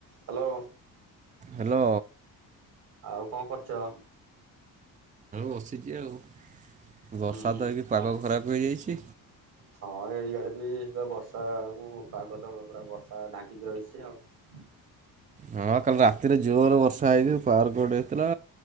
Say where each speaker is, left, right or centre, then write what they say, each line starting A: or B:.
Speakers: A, on the right (about 70°); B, on the right (about 20°).
A: ହାଲୋ।
B: ହାଲୋ।
A: ଆଉ କଣ କରୁଚ?
B: ବସିଚି ଆଉ। ବର୍ଷା
A: ହୁଁ ହୁଁ
B: ତ ହେଇକି ପାଗ
A: ଆ
B: ଖରାପ ହେଇଯାଇଛି।
A: ହଁ ଏଇଆଡେ। ଏଇ ବା ବର୍ଷା ଆକୁ ପାଗତ ପୁରା ବର୍ଷା ଢାଙ୍କିକି ରହିଛି ଆଉ।
B: ହଁ। କାଲି ରାତିରେ ଜୋରରେ ବର୍ଷା ହେଇଚି ପାୱାର୍ କଟ୍ ହେଇଥିଲା।